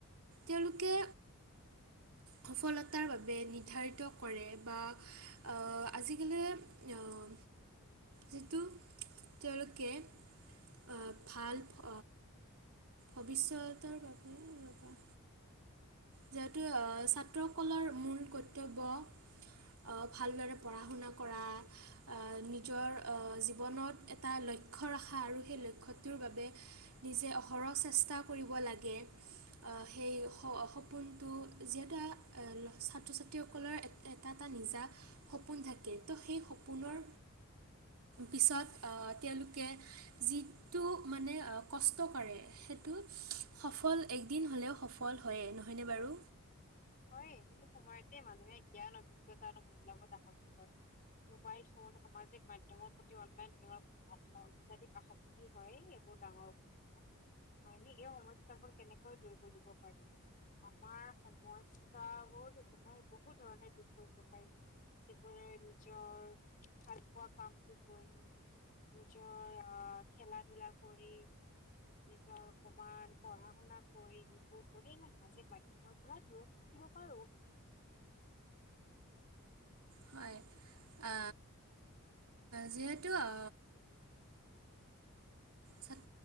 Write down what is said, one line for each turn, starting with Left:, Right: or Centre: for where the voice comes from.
Right: তেওঁলোকে সফলতাৰ বাবে নিৰ্ধাৰিত কৰে বা অ', আজিকালি অ' যিটো তেওঁলোকে অ' ভাল ফ ভৱিষ্যতৰ বাবে এ ৰ'বা যিহেতু অ' ছাত্ৰসকলৰ মূল কৰ্তব্য অ', ভালদৰে পঢ়া শুনা কৰা। অ', নিজৰ অ' জীৱনত এটা লক্ষ্য ৰাখা আৰু সেই লক্ষ্যটোৰ বাবে নিজেই অহৰহ চেষ্টা কৰিব লাগে অ' সেই <unintelligible> পোনটো যিহেতু ছাত্ৰ ছাত্ৰীসকলৰ এটা, এটা নিজা সপোন থাকে, ত' সেই সপোনৰ পিছত অ' তেওঁলোকে যিটো মানে অ' কষ্ট কৰে, সে টো, সফল একদিন হ'লেও সফল হয়েই নহয়নে বাৰু
Left: হইয়েই, এই সময়তে মানুহে জ্ঞান অভিজ্ঞতা আৰু মূল্যবোধ আহাহৰণ কৰে। মোবাইল ফোন, সামাজিক মাধ্যয়মৰ প্ৰতি, অনলাইন গেমৰ প্ৰতি <unintelligible> অত্যাধিক আসক্তি হয়, এইবোৰ ডাঙৰ সমস্যা। হয় <unintelligible> এই সমস্যাবোৰ কেনেকৈ দূৰ কৰিব পাৰি? আমাৰ সমস্যা চাহ বহুত <unintelligible> মই বহুত ধৰণে দূৰ কৰিব পাৰিম। যযবোৰে নিজৰ ভাল পোৱা কামটো কৰি নিজৰ আ খেলা-ধূলা কৰি নিজৰ <unintelligible> পঢ়া-শুনা কৰি, এইবোৰ কৰি ই সামাজিক মাধ্যয়মৰ পৰা দূৰ থাকিব পাৰো।
Right: হয়। আ যিহেতু আ ছত